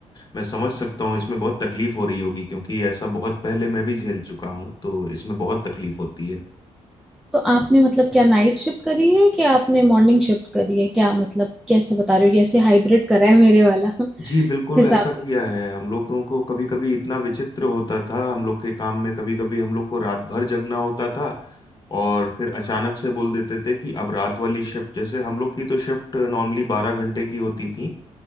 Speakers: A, on the left; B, in the centre.
A: मैं समझ सकता हूँ इसमें बहुत तकलीफ हो रही होगी क्योंकि ऐसा बहुत पहले मैं भी झेल चुका हूँ तो इसमें बहुत तकलीफ होती है
B: तो आपने मतलब क्या नाइट शिफ्ट करी है कि आपने मॉर्निंग शिफ्ट करी है क्या मतलब कैसे बता रहे हो जैसे हाइब्रिड करा है मेरे वाला <laughs>
A: जी बिल्कुल
B: हिसाब
A: ऐसा
B: के
A: किया
B: साथ।
A: है हम लोगों को कभी कभी इतना विचित्र होता था हम लोग के काम में कभी कभी हम लोग को रात भर जगना होता था और फिर अचानक से बोल देते थे कि अब रात वाली शिफ्ट जैसे हम लोग की तो शिफ्ट नॉर्मली बारह घंटे की होती थी